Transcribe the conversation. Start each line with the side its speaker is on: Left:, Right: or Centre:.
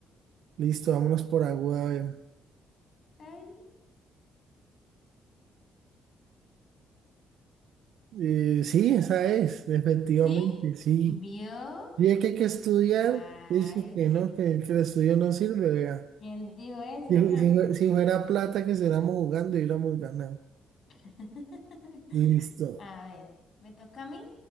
Right: Listo, vámonos por aguda, a ver.
Left: Ay,
Right: Eh, sí, esa es, efectivamente,
Left: ¿sí?
Right: sí.
Left: ¿Vio?
Right: Y es que hay que estudiar,
Left: Ay,
Right: dice
Left: es
Right: que
Left: que,
Right: no, que, que el estudio no sirve, vea.
Left: ¿quién dijo eso?
Right: Si,
Left: Ajá.
Right: fu- si fue- si fuera plata que estuviéramos jugando, hubiéramos ganado.
Left: <laughs>
Right: Listo,
Left: A ver, ¿me toca a mí?